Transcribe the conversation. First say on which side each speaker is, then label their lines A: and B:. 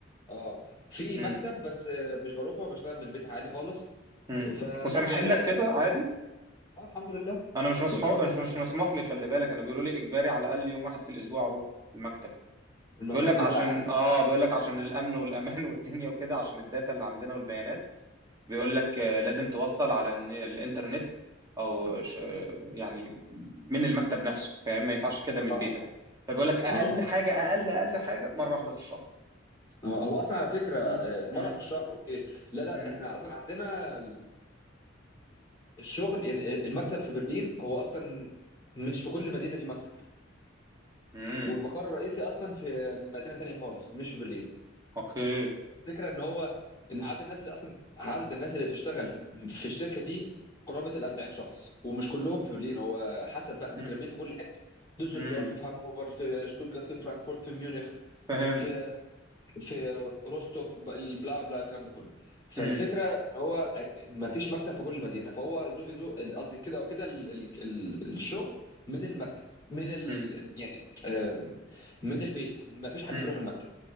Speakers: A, on the left (about 20°); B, on the right (about 20°).
A: اه في
B: امم
A: مكتب بس آه، مش بروحه بشتغل من البيت عادي خالص
B: امم
A: فالحمد
B: وسامحين
A: لله
B: لك
A: يعني
B: كده عادي
A: اه الحمد لله
B: انا مش مسحو...
A: ما بروحش شغل
B: مش مش مسموح لي خلي بالك انا بيقولوا لي اجباري على الاقل يوم واحد في الاسبوع اروح المكتب
A: المكتب
B: بيقول لك
A: لا
B: عشان
A: لا عادي الحمد
B: اه بيقول لك عشان الامن والامان <laughs> والدنيا وكده عشان الداتا اللي عندنا والبيانات بيقول لك آه، لازم توصل على الن- الانترنت او ش- يعني من المكتب نفسه فاهم ما ينفعش كده من
A: لله.
B: بيتك فبيقول لك اقل
A: اه اه
B: حاجه اقل اقل حاجه مره واحده في الشهر
A: آه. هو اصلا على فكره آه،
B: مم،
A: مره
B: مم،
A: في الشهر اوكي لا لا
B: مم،
A: ده احنا اصلا عندنا الشغل يعني المكتب في برلين هو اصلا مش في كل مدينه في مكتب
B: مم.
A: والمقر الرئيسي اصلا في مدينه تانية خالص مش في برلين
B: اوكي
A: الفكره ان هو ان عدد الناس اللي اصلا عدد الناس اللي بتشتغل في الشركه دي قرابه ال 40 شخص ومش كلهم في برلين هو حسب بقى مترمين
B: مم،
A: في كل حته دوسلدورف
B: مم.
A: في هانوفر في شتوتجارت في فرانكفورت في ميونخ
B: فهمت
A: في في روستوك ب- البلا بلا الكلام ده كله فالفكره
B: مم،
A: ان هو ما فيش مكتب في كل مدينه فهو زو في زو قصدي كده او كده ال- ال- ال- الشغل من المكتب من ال
B: مم،
A: يعني آم، من البيت ما فيش حد
B: مم،
A: بيروح المكتب